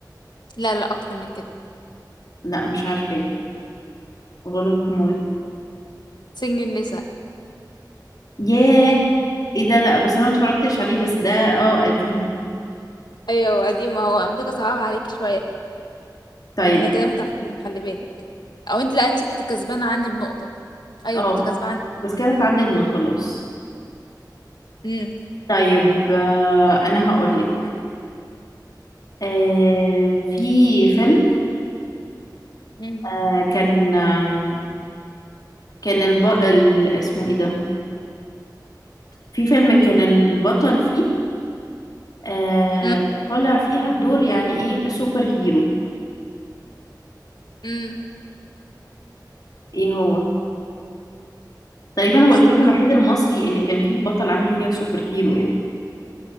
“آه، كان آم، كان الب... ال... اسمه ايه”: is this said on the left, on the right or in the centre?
Left